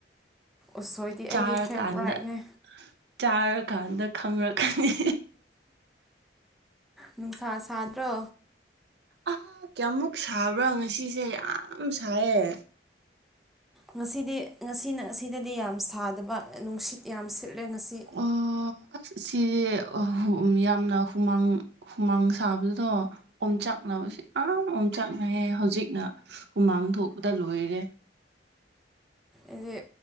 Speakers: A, in the centre; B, on the right.
A: ꯎꯁꯣꯏꯗꯤ
B: ꯆꯥꯔꯀꯥꯟꯗ
A: ꯑꯩꯒꯤ ꯐꯦꯚꯣꯔꯥꯏꯠꯅꯦ
B: ꯆꯥꯔꯀꯥꯟꯗ ꯈꯪꯪꯔꯛꯀꯅꯤ
A: ꯅꯨꯡꯁꯥ ꯁꯥꯗ꯭ꯔꯣ
B: ꯑꯥ ꯀꯌꯥꯃꯨꯛ ꯁꯥꯕ꯭ꯔꯥ ꯉꯁꯤꯁꯦ ꯌꯥꯝ ꯁꯥꯏꯌꯦ
A: ꯉꯁꯤꯗꯤ ꯉꯁꯤ ꯑꯁꯤꯗꯗꯤ ꯌꯥꯝ ꯁꯥꯗꯕ ꯅꯨꯡꯁꯤꯠ ꯌꯥꯝ ꯁꯤꯠ ꯂꯦ ꯉꯁꯤ
B: ꯑꯣ ꯑꯁ ꯁꯤꯗꯤ ꯌꯥꯝꯅ ꯍꯨꯃꯥꯡ ꯍꯨꯃꯥꯡ ꯁꯥꯕꯗꯨꯗꯣ ꯑꯣꯝꯆꯥꯛ ꯅꯕꯁꯤ ꯌꯥꯝ ꯑꯣꯝꯆꯥꯛꯅꯩꯌꯦ ꯍꯧꯖꯤꯛꯅ ꯍꯨꯃꯥꯡ ꯊꯣꯛꯄꯗ ꯂꯣꯏꯔꯦ
A: ꯑꯩꯗꯤ